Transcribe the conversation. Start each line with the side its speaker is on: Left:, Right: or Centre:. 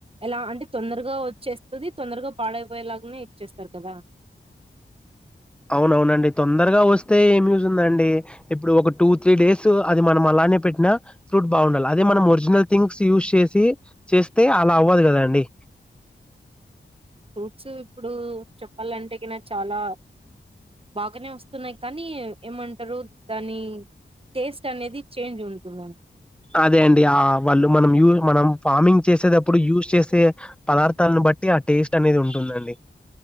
Right: ఎలా అంటే తొందరగా వచ్చేస్తుది తొందరగా పాడైపోయేలాగానే ఇచ్చేస్తారు కదా
Centre: అవునవునండి తొందర వస్తే ఏం యూజందండి ఇప్పుడు ఒక టూ త్రీ డేస్ అది మనం అలానే పెట్టినా ఫ్రూట్ బాగుండాలి అదే మనం ఒరిజినల్ థింగ్స్ యూజ్ చేసి చేస్తే అలా అవ్వదు కదా అండి
Right: ఫ్రూట్స్ ఇప్పుడు చెప్పాలంటే ఇ నా చాలా బాగానే వస్తున్నాయి కానీ ఏమంటారు దాని టేస్ట్ అనేది చేంజ్ ఉంటున్నాను
Centre: అదే అండి ఆ వాళ్ళు మనం యూ మనం ఫార్మింగ్ చేసేటప్పుడు యూస్ చేసే పదార్థాలను బట్టి ఆ టేస్ట్ అనేది ఉంటుందండి